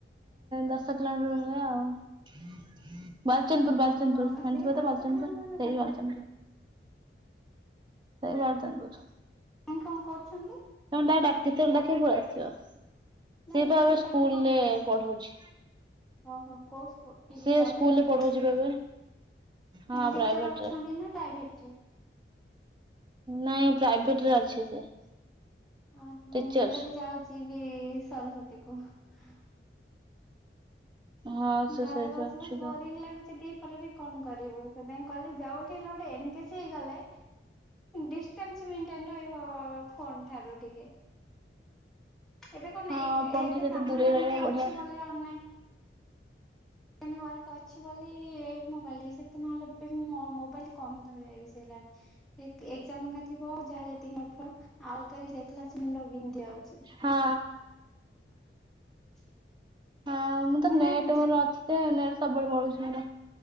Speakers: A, on the right (about 25°); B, in the centre.
A: ଦଶ କିଲୋମିଟର ଭଳିଆ ଆଉ। ବାଲିଚନ୍ଦପୁର ବାଲିଚନ୍ଦପୁର
B: ଓହୋ
A: ଜାଣିଥିବ
B: ସେଇ ଦଶ
A: ତ ବାଲଚନ୍ଦପୁର
B: କିଲୋମିଟର
A: ସେଇ
B: ପାଖ
A: ବାଲଚନ୍ଦପୁର। ସେଇ ବାଲିଚନ୍ଦ୍ରପୁର।
B: ଆଇ କଣ କରୁଛନ୍ତି।
A: ଯେତେବେଳେ ଡାକିବି ପଳେଇ ଆସିବ।
B: ନାଇଁ
A: ସିଏ
B: ମୁଁ
A: ତ ଏବେ
B: କହିଲି
A: ସ୍କୁଲ
B: ତାଙ୍କେ କଣ
A: ରେ
B: ଷ୍ଟଡି
A: ପଢଉଛି
B: ଓହୋ କୋଉ ସ୍କୁଲ ଏଇ
A: ସିଏ
B: ଯୋଉ ପ୍ରାଇଭେଟ
A: ସ୍କୁଲରେ
B: ସ୍କୁଲ
A: ପଢୁଉଛି ବା ଏବେ
B: ମାନେ
A: ହଁ
B: ଟିଚର
A: ପ୍ରାଇଭେଟ୍
B: ଅଛନ୍ତି
A: ରେ
B: ନା ପ୍ରାଇଭେଟ ରେ?
A: ନାଇଁ ପ୍ରାଇଭେଟ୍ ରେ ଅଛି। <unintelligible>
B: ଓହୋ
A: ଟିଚର।
B: ମୁଁ ତ ବି ଯାଉଛି ବି ସରସ୍ଵତୀ କୁ <unintelligible>
A: ହଁ ସେ
B: ଘରେ
A: ସେଇଠି
B: ବସି
A: ଅଛି
B: ବସି ବୋରିଙ୍ଗ
A: ତ
B: ଲାଗୁଛି ଦି ଘରେ ବସି କଣ କରିବୁ ସେଥିପାଇଁ କହିଲି ଯୋଉଠି ହେଲେ ଗୋଟେ ଏନ୍ ଗେଜ୍ ଗେଜ୍ ହେଇଗଲେ ଡିଷ୍ଟାନ୍ସ୍ ମେନ ଡିଷ୍ଟାନ୍ନ ରହିବ ଫୋନ ଠାରୁ ଟିକେ ଏବେ କଣ
A: ହଁ
B: ଏଇ ଏଇଟା
A: ଫୋନଠୁ ଯେତେ
B: କାମଟା
A: ଦୂରେଇ ରହିବ
B: ଏମିତି ଅଛି
A: ବଢିଆ
B: ବୋଲି ଅମେ ଏନେ ୱାର୍କ ଅଛି ବୋଲି ମୋବାଇଲ ସେତେ ନହେଲେ ମୋବାଇଲ କମ୍ ଧରେ। ଚଲାଏ ଏକ୍ଜାମ୍ ଏକା ଥିବ ଯାହା ଯେତିକି ଅଳ୍ପ ଆଉ ଅଲଗା ଯେତିକି ଦେଖିଲା ସେ ମୁଣ୍ଡ ବିନ୍ଧି ଯାଉଛି।
A: ହଁ।
B: <inaudible>
A: ହଁ ମୁଁ ତ ନେଟ୍
B: ବା ବିଜେ
A: ମୋର ଅଛି ସେ ରେଟ୍ ସବୁବେଳେ ବଳୁଛି ମୋର।